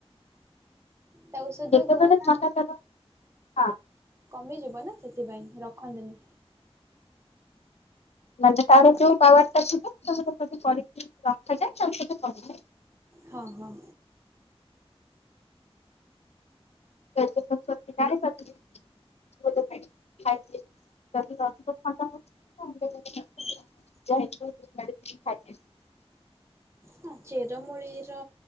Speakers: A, on the right; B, on the left.
A: ତାକୁ ଔଷଧୀୟ
B: ଯେତେବେଳେ
A: ଗୁଣଟା
B: ଥଣ୍ଡା ତାର ହଁ
A: କମିଯିବ ନା ସେଥିପାଇଁ ରଖନ୍ତିନି।
B: ମାନେ ତାର ଯୋଉ ପାୱାର ଟା ଥିବ <unintelligible> କରିକି ରଖାଯାଏ <unintelligible>
A: ହଁ ହଁ।
B: <unintelligible> <unintelligible> <unintelligible>
A: ହ ଚେରମୂଳି ର